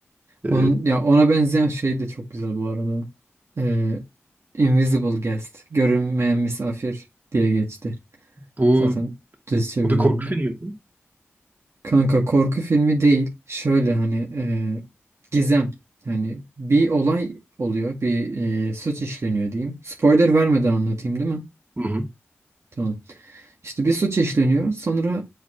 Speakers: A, on the right (about 40°); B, on the right (about 75°).
A: Ee,
B: Onun ya ona benzeyen şey de çok güzel bu arada. Ee, Invisible Guest, görünmeyen misafir diye geçti.
A: bu,
B: Zaten düz çeviri
A: bu bir korku
B: oldu.
A: filmi mi?
B: Kanka korku filmi değil. Şöyle hani e, gizem. Hani bir olay oluyor, bir e, suç işleniyor diyeyim. Spoiler vermeden anlatayım değil mi?
A: Hı hı.
B: Tamam. İşte bir suç işleniyor. Sonra